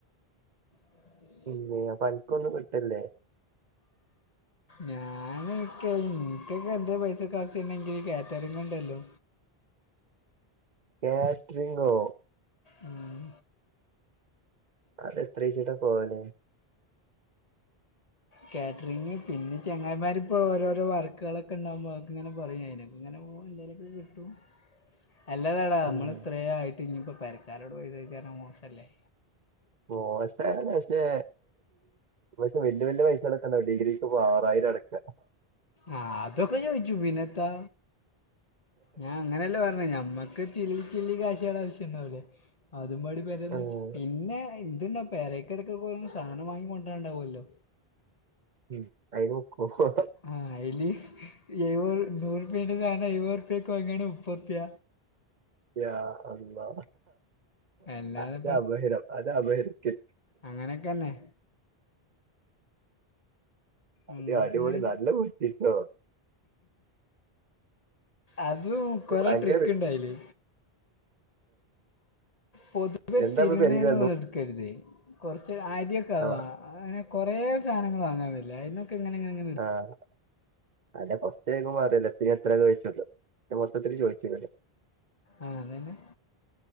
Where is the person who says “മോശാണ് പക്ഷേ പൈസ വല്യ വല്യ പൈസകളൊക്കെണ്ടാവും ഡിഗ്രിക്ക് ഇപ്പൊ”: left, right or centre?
Right